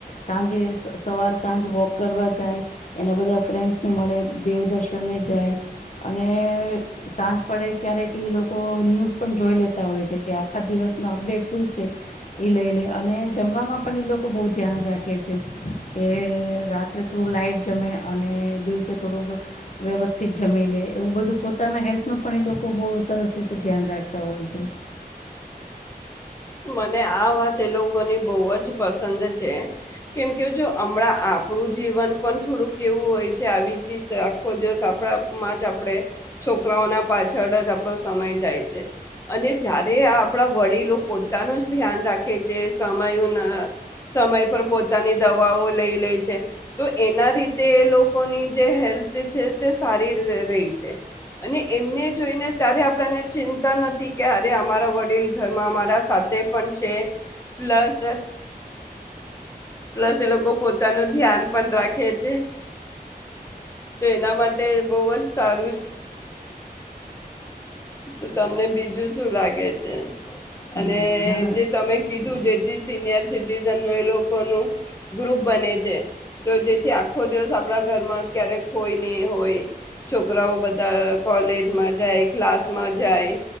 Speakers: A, on the left; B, on the left.
A: સાંજે સવાર સાંજ વોક કરવા જાય એના બધા ફ્રેન્ડ્સને મળે દેવદર્શનને જાય અને સાંજ પડે ક્યારેક એ લોકો ન્યૂઝ પણ જોઈ લેતા હોય છે કે આખા દિવસના અપડેટ શું છે એ લઈ લે. અને જમવામાં પણ એ લોકો બહુ ધ્યાન રાખે છે કે રાત્રે થોડું લાઇટ જમે અને દિવસે થોડુંક વ્યવસ્થિત જમી લે એવું બધું પોતાના હેલ્થનું પણ એ લોકો બહુ સરસ રીતે ધ્યાન રાખતા હોય છે.
B: મને આ વાત એ લોકોની બહુ જ પસંદ છે કેમ કે જો હમણાં આપણું જીવન પણ થોડુંક કેવું હોય છે આવી આખો દિવસ આપણામાં જ આપણે છોકરાઓના પાછળ જ આપણો સમય જાય છે અને જય્યારે આપણા વડીલો પો. પોનું જ્યાન રાખે છે સમય સમય પર પોતાની દવાઓ લઈ લે છે તો એના રીતે એ લોકોની જે હેલ્થ છે તે સારી રહી છે અને એમને જોઈને ત્યારે આપણાને ચિંતા નથી કે અરે અમારા વડીલ ઘરમાં અમારા. પણ છે પ્લસ પ્લસ એ લોકો પોતાનું ધ્યાન પણ રાખે છે તો એના માટે બહ જ સારું તો તમને બીજું શું લાગે છે.
A: હમ
B: અને
A: ના ના
B: જે તમે કીધું જેથી સિનિયર સિટીઝન એ લોકોનું ગ્રુપ બને છે તો જેથી આખો દિવસ આપણા ઘરમાં ક્યારેક હોય નહી હોય છોકરાઓ બધા કોલેજમાં જાય ક્લાસમાં જાય